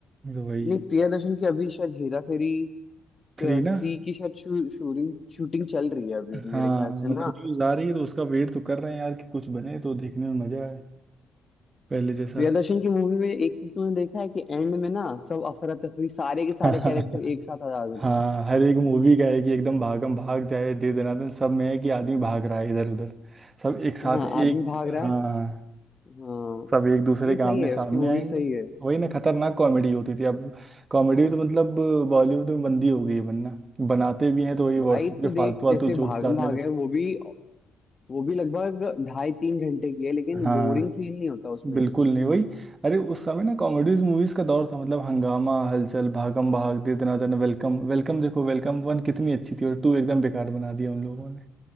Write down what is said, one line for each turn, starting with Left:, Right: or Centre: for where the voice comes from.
Right: तो वही
Left: नहीं प्रिया दर्शन की अभी शायद हेरा फेरी
Right: थ्री
Left: थ्री
Right: ना
Left: की शायद शू, शूटिंग शूटिंग चल रही है अभी मेरे
Right: हाँ
Left: ख्याल से
Right: मतलब
Left: ना
Right: न्यूज़ आ रही है तो उसका वेट तो कर रहे हैं यार कि कुछ बने तो देखने में मज़ा आए पहले जैसा
Left: प्रिया दर्शन की मूवी में एक चीज तुमने देखा है कि एंड में ना सब अफरा तफरी सारे के
Right: <laughs>
Left: सारे कैरेक्टर एक साथ आ जाते
Right: हाँ
Left: हैं
Right: हर एक मूवी का है कि एकदम भागम भाग जाए दे दनादन सब में है कि आदमी भाग रहा है इधर उधर सब एक साथ
Left: हाँ
Right: एक
Left: आदमी भाग रहा
Right: हाँ
Left: है हाँ
Right: सब एक दूसरे
Left: लेकिन
Right: के
Left: सही
Right: आमने
Left: है
Right: सामने
Left: उसकी वो
Right: आएंगे
Left: भी सही है
Right: वही ना खतरनाक कॉमेडी होती थी अब कॉमेडी तो मतलब बॉलीवुड में बंदी हो गई है बनना बनाते भी हैं तो वही व्हाट्सएप
Left: भाई
Right: पे
Left: तू देख
Right: फालतू फालतू
Left: जैसे
Right: जोक्स
Left: भागम
Right: डालने
Left: भाग
Right: लगते
Left: है वो भी वो भी लगभग ढाई तीन घंटे की है लेकिन
Right: हैं। हाँ
Left: बोरिंग फील नहीं होता उसमें
Right: बिल्कुल नहीं वही अरे उस समय ना कॉमेडीज मूवीज का दौर था मतलब हंगामा हलचल भागम भाग दे दना दन वेलकम वेलकम देखो वेलकम वन कितनी अच्छी थी और टू एकदम बेकार बना दिया उन लोगों ने